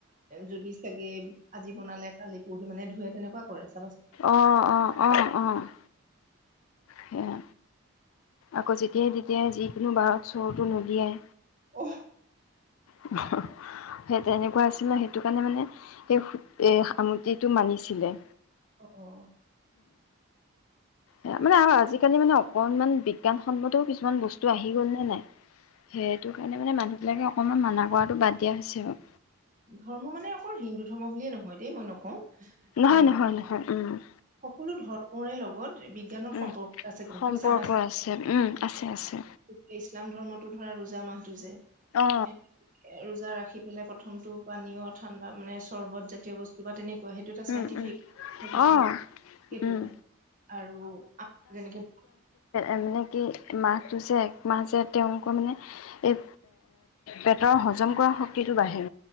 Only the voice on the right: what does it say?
যদি চাগে আজি বনালে কালি পৰসি মানে ধুৱে তেনেকুৱা কৰে চাগে।
অ'।
অ' অ'।
ধৰ্ম মানে অকল হিন্দু ধৰ্ম বুলিয়ে নহয় দেই মই নকওঁ।
মানে
সকলো ধৰ্মৰে লগত বি বিজ্ঞানৰ
সম্পৰ্ক আছে তুমি
চাবাচোন।
গতিকে ইছলাম ধৰ্মটো ধৰা ৰোজা মাহটো যে।
এ ৰোজা ৰাখি পেলাই প্ৰথমটো পানীয় ঠাণ্ডা মানে চৰ্বত জাতীয় বস্তু বা তেনেকুৱা হে টো এটা
চাইণ্টিফিক
থাকি
সেইটো
এটা আৰু <unintelligible> যেনেকে